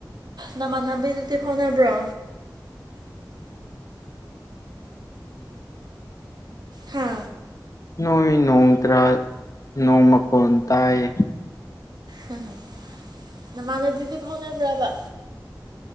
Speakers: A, on the right (about 60°); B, on the left (about 45°).
A: ꯅꯃꯥꯟꯅꯕꯤꯗꯨꯗꯤ ꯐꯥꯎꯅꯕ꯭ꯔꯣ ꯍꯥ
B: ꯅꯣꯏ ꯅꯣꯡ ꯇꯔꯥ ꯅꯣꯡ ꯃꯈꯣꯟ ꯇꯥꯏꯌ‌ꯦ
A: ꯍꯝ ꯅꯃꯥꯟꯅꯕꯤꯗꯨꯗꯤ ꯐꯥꯎꯅꯕ꯭ꯔꯥꯕ